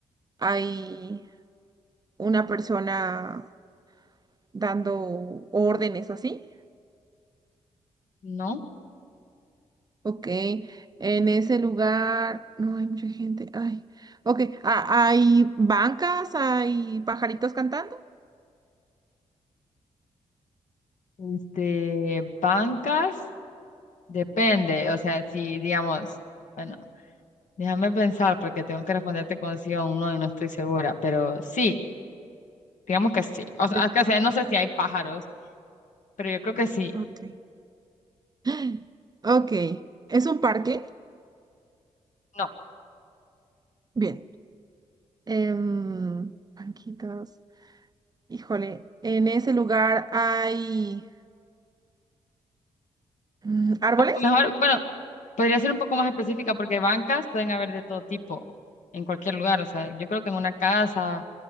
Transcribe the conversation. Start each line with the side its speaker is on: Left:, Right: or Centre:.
Right: ¿hay una persona dando órdenes así.
Left: No.
Right: Ok, en ese lugar no hay mucha gente. Ay, ok, ah, hay bancas, hay pajaritos cantando.
Left: Este, bancas, depende. O sea, si digamos, bueno. Déjame pensar porque tengo que responderte con sí o un no y no estoy segura, pero sí, digamos que sí. O sea,
Right: Sí,
Left: que sé, no sé si hay pájaros, pero yo creo que sí.
Right: ok. <gasps> Ok, ¿es un parque?
Left: No.
Right: Bien. Em, banquitas. Híjole, en ese lugar hay mm, árboles.
Left: Mejor, bueno, podría ser un poco más específica porque bancas pueden haber de todo tipo en cualquier lugar. O sea, yo creo que en una casa